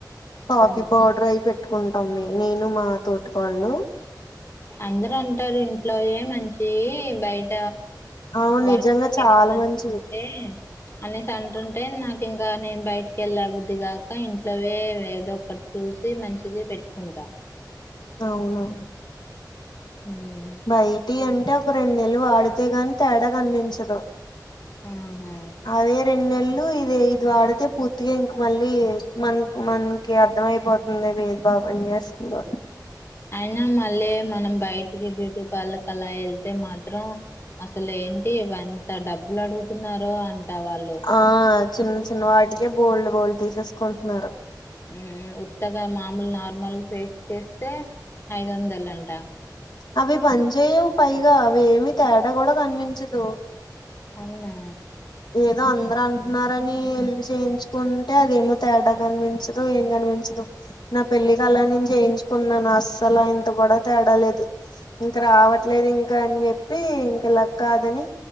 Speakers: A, on the left; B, on the left.
A: కాఫీ
B: ఆ
A: పౌడర్ అయి పెట్టుకుంటాం మే నేను మా తోటి కోడ్ళ్ళు
B: అందర్ అంటారు ఇంట్లోయే మంచియి బయట
A: అవును
B: వాల్
A: నిజంగా చాలా
B: <inaudible> అంట
A: మంచివి
B: అనేసి అంటుంటే నాకు ఇంగా నేను బయటికి ఎళ్ళ బుద్దిగాక ఇంట్లోవె ఏదో ఒకటి చూసి మ మంచిది పెట్టుకుంట
A: అవునువును
B: ఉమ్
A: బైటి అం అంటే ఒక రెండు నెల్లు వాడితే గని తేడా కనిపించదు
B: ఉహు
A: అదే రెంన్నేల్లు ఇదే ఇది వాడితే పూర్తిగ ఇంక మళ్ళీ మన్క్ మనకి అర్థమయిపోతుంది మీ బా పని చేస్తుందో
B: అయినా మళ్ళీ మనం బయటికి బ్యూటీ పార్లర్ కల్లా ఎళ్తే మాత్రం అసలేంటి వంత డబ్బులు అడుగుతున్నారో అంట వాళ్ళు
A: ఆ చిన్న చిన్న వాటికే బోల్డ్ బోల్డ్ తీసేసుకుంటున్నారు
B: ఉమ్ ఉత్తగా మామూలు నార్మల్ పేస్ట్ చేస్తే ఐదు వందలంట
A: అవి పని చేయవు పైగా అవి ఏమి తేడా కూడా కనిపించదు.
B: అవునా.
A: ఏదో అందరు అంటున్నారని ఎల్లీ చేయించుకుంటే అదేమో తేడా కనిపించదు ఏం కనిపించదు. నా పెళ్ళికి అలా నేను చేయించుకున్నాను అస్సలు ఇంత కూడా తేడాలేదు. ఇంక రావట్లేదు ఇంకా అని చెప్పి ఇంక లక్ కాదని